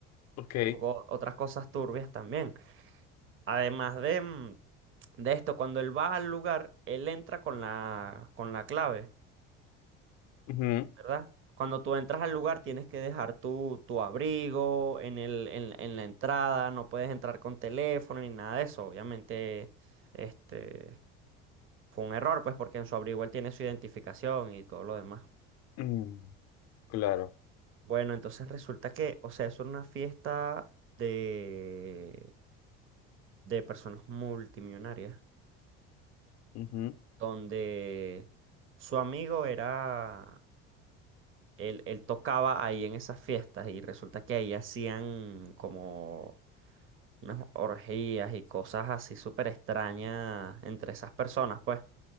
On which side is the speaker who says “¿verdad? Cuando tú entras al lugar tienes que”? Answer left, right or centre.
Right